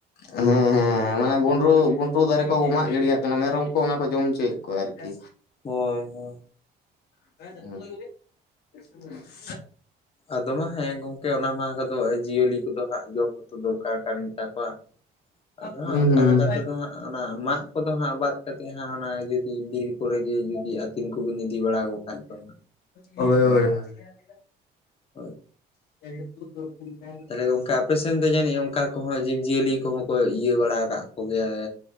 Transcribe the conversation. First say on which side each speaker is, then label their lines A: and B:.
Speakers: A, on the left (about 70°); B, on the left (about 35°).
A: ᱦᱮᱸ ᱦᱮᱸ ᱢᱟᱱᱮ ᱵᱷᱩᱱᱰᱨᱩ ᱵᱩ ᱰᱨᱩ ᱫᱟᱨᱮ ᱠᱚ ᱢᱟᱜ ᱜᱤᱲᱤ ᱠᱟᱜ ᱠᱟᱱᱟ ᱢᱮᱨᱚᱢ ᱠᱚ ᱚᱱᱟ ᱠᱚ ᱡᱚᱢ ᱦᱚᱪᱚᱭᱮᱫ ᱠᱚᱣᱟ ᱟᱨᱠᱤ᱾
B: ᱦᱳᱭ ᱦᱳᱭ᱾
A: <inaudible>
B: ᱟᱫᱚ ᱢᱟ ᱦᱮᱸ ᱜᱚᱝᱠᱮ ᱚᱱᱟ ᱢᱟᱦ ᱠᱚᱫᱚ ᱡᱤᱭᱟᱹᱞᱤ ᱠᱚᱫᱚ ᱦᱟᱸᱜ ᱡᱚᱢ ᱦᱚᱸᱛᱚ ᱫᱚᱨᱠᱟᱨ ᱠᱟᱱ ᱜᱮᱛᱟ ᱠᱚᱣᱟ᱾ ᱟᱫᱚ
A: ᱦᱩᱸ
B: ᱦᱟᱸᱜ ᱚᱱᱠᱟ ᱞᱮᱠᱟ ᱛᱮᱫᱚ ᱦᱟᱸᱜ ᱚᱱᱟ ᱢᱟᱜ ᱠᱚᱫᱚ ᱦᱟᱸᱜ ᱵᱟᱫ ᱠᱟᱛᱮᱫ ᱦᱟᱸᱜ ᱚᱱᱟ ᱡᱩᱫᱤ ᱵᱤᱨ ᱠᱚᱨᱮ ᱜᱮ ᱡᱩᱫᱤ ᱟᱛᱤᱧ ᱠᱚᱵᱤᱱ ᱤᱫᱤ ᱵᱟᱲᱟ ᱠᱚ ᱠᱷᱟᱡ ᱫᱚ,
A: ᱦᱩᱸ
B: ᱟᱫᱚ ᱚᱱᱟ
A: <inaudible>
B: ᱦᱳᱭ
A: <inaudible>
B: ᱛᱟᱦᱚᱞᱮ ᱜᱚᱝᱠᱮ ᱟᱯᱮᱥᱮᱱ ᱫᱚ ᱡᱟᱱᱤᱡ ᱚᱱᱠᱟ ᱠᱚᱦᱚᱸ ᱡᱤᱵᱽᱼᱡᱤᱭᱟᱹᱞᱤ ᱠᱚᱦᱚᱸ ᱠᱚ ᱤᱭᱟᱹ ᱵᱟᱲᱟ ᱠᱟᱜ ᱠᱚᱜᱮᱭᱟ᱾